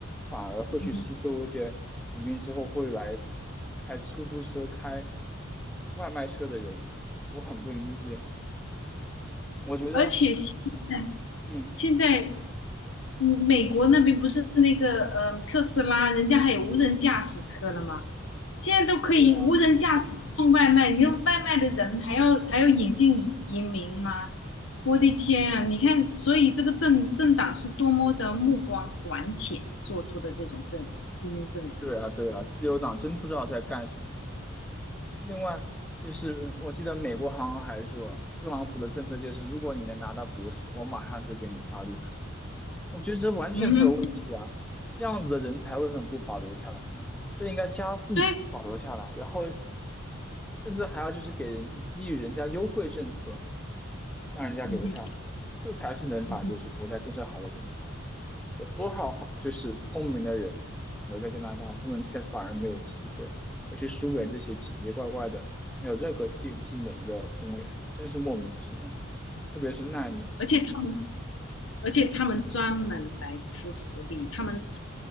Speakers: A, in the centre; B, on the left.
A: 反而会去吸收一些移民之后会来
B: 嗯哼。
A: 开出租车、开外卖车的人？我很不理解。我觉得，
B: 而且现在
A: 嗯，
B: 现在嗯美国那边不是那个呃特斯拉，人家还有无人驾驶车了吗？现在都可以无人驾驶送外卖，
A: 对啊，
B: 你看外卖的人还要还要引进移移民吗？我的天啊！你看，所以这个政政党是多么的目光短浅做出的这种政移民政策。
A: 对啊，对啊，自由党真不知道在干什么。另外，就是我记得美国好像还说，特朗普的政策就是，如果你能拿到博士，我马上就给你发绿卡。我觉得这完全没有问题啊，
B: 嗯哼，
A: 这样子的人才为什么不保留下来呢？这应该加速保留下来，
B: 对，
A: 然后甚至还要就是给人给予人家优惠政策，让人家留下来，
B: 嗯哼，
A: 这才是能把就是国家建设好的人才。
B: 嗯哼，
A: 有多少好就是聪明的人想留在加拿大，他们却反而没有机会，会去输给这些奇奇怪怪的、没有任何技技能的公务员，真是莫名其妙。特别是难民。
B: 而且他们。而且他们专门来吃福利，他们